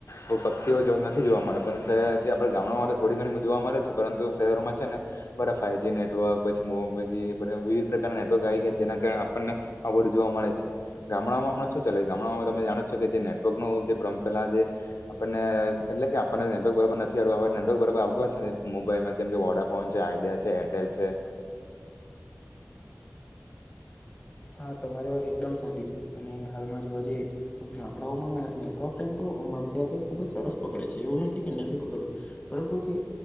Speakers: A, on the left; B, on the left.
A: તો પક્ષીઓ જોવા નથી જોવા મળે પણ શહેર આપે ગામડામાં તો થોડી ઘણી જોવા મળે છે પરંતુ શહેરોમાં છે ને બધા ફાઈવજી નેટવર્ક પછી મોબ વિવિધ પ્રકારના નેટવર્ક આવી ગયા છે. જેના કારણે આપણને આવુબધુ જોવા મળે છે. ગામડામાં હમણા શુ ચાલે છે? ગામડાઓમાં તમે જાણો છો કે જે નેટવર્ક નો જે પ્રદુ પહેલા જે આપને એટલે કે આપણને નેટવર્ક બરોબર નથી આવ્યું હવે નેટવર્ક બરાર આવુંશે ને મોબાઈલમાં જેમ કે વોડાફોન છે, આઈડિયા છે, એટેલ છે
B: હ હા તમારી વાત એકદમ સાચી છે અને હાલમાં જોવા જઈએ ગામડાઓમાં નેટવર્ક એમ તો અમારે ત્યાં તો ખુબ જ સરસ પકડે છે એવું નથી કે નથી પકડતું પરંતુ જે